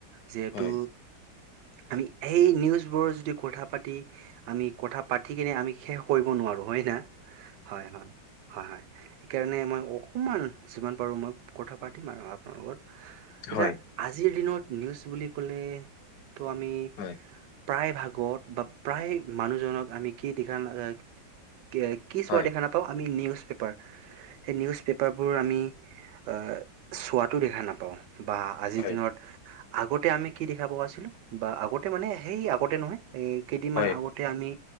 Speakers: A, on the right; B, on the left.
A: যিহেতু
B: হয়
A: আমি এই নিউজবোৰ যদি কথা পাতি আমি কথা পাতি কিনে আমি শেষ কৰিব নোৱাৰো, হয় না হয় হয় হয় হয়। সেইকাৰণে মই অকণমান যিমান পাৰো মই কথা পাতিম আৰু আপোনাৰ লগত এতিয়া
B: হয়
A: আজিৰ দিনত নিউজ বুলি ক'লে তো আমি
B: হয়
A: প্ৰায়ভাগত বা প্ৰায় মানুহজনক আমি কি দিখা নাযায় <inaudible> কি চোৱা
B: হয়
A: দেখা নাপাওঁ আমি নিউজ পেপাৰ। সেই নিউজ পেপাৰবোৰ আমি আ চোৱাতো দেখা নাপাওঁ। বা আজিৰ
B: হয়
A: দিনত। আগতে আমি কি দেখা পোৱা আছিলো, বা আগতে মানে সেই আগতে নহয় এ কেইদিনমান
B: হয়
A: আগত আমি